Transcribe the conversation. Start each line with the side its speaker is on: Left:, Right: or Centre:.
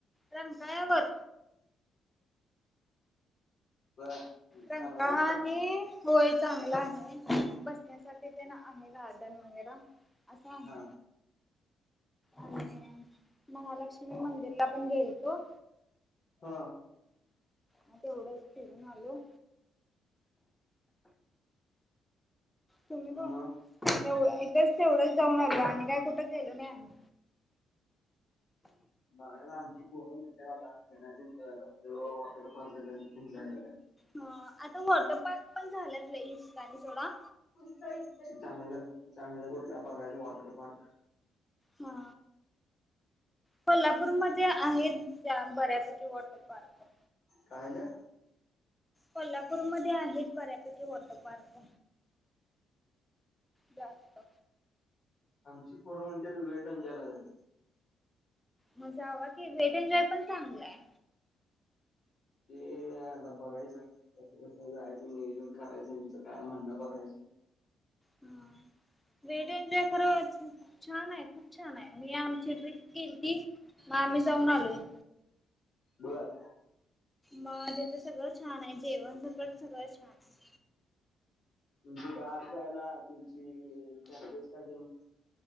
Centre: रंकाळ्यावर
Left: बर
Centre: रंकाळा
Left: चांगला आहे तिथं
Centre: आणि. होय चांगला आहे बसण्यासाठी ते ना आहे गार्डन वगैरे. असा आहे.
Left: हा
Centre: आणि महालक्ष्मी मंदिर ला पण गेलं थी.
Left: हा
Centre: म तेवढंच फिरून आलो. तुम्ही का?
Left: मग
Centre: तेव इथेच तेवढंच जाऊन आलं आणि काय कुठ गलो नाही आम्ही.
Left: बागायच आता आमचं पोर म्हणत्यात वॉटरपर्क ला जायचं
Centre: ह आता वॉटर पार्क पण झालात ल ह ठिकाणी थोडा.
Left: चांगलं चांगलं कुठलं बघायचं वॉटर पार्क.
Centre: हा कोल्हापूर नागपूरमध्येध्ये आहेत बऱ्यापैकी वॉटर पार्क.
Left: कायला?
Centre: कोल्हापूरमध्येध्ये आहेत बऱ्यापैकी वॉटर पार्क. जास्त
Left: आमची पोर म्हणते वेट न जॉय ला जायच.
Centre: मजा जावा की वेट एन्जॉय पण चांगला आहे.
Left: ते धबबा घयच. कसं कसं जायचं नियोजन करायचं मचं काय म्हणणं बघायचं.
Centre: हा. वेड एन्जॉय कराप छान आहे खूप छान आहे मी आमची ट्रिप गेली ती. मग आम्ही जाऊन आलोय.
Left: बर
Centre: मग तेिथं सगळं छान आहे जेवण सकट सगळं छान आहे
Left: तुमची आत जायला तूमची चारजेस काय ते.